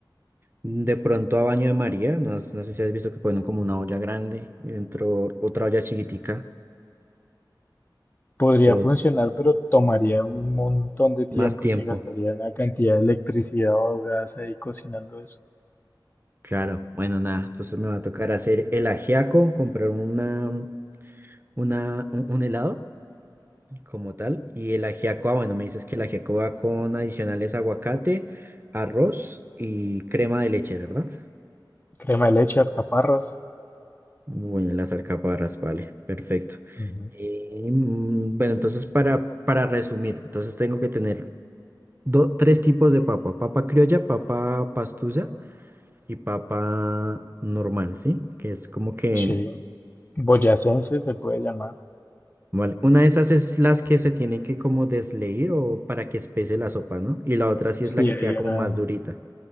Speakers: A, on the right; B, on the left.
A: De pronto a baño de María, no, has- no sé si has visto que ponen como una olla grande y dentro otra olla chiquitica
B: Podría
A: o
B: funcionar, pero tomaría un montón de tiempo
A: más tiempo.
B: y se gastaría una cantidad de electricidad o gas ahí cocinando eso.
A: Claro, bueno, nada. Entonces me va a tocar hacer el ajiaco, comprar una, una, un un helado como tal. Y el ajiaco, ah, bueno, me dices que el ajiaco va con adicionales aguacate, arroz y crema de leche, ¿verdad?
B: Crema de leche, alcaparras.
A: Bueno, las alcaparras, vale, perfecto.
B: ujú,
A: Eh, mm, bueno, entonces para, para resumir, entonces tengo que tener do- tres tipos de papa, papa criolla, papa pastusa y papa normal, ¿sí? Que es como que,
B: Sí. Boyacense se puede llamar.
A: vale, una de esas es las que se tienen que como desleír o para que espese la sopa, ¿no? Y la otra sí
B: Sí,
A: es la que
B: hay
A: queda
B: una,
A: como más durita.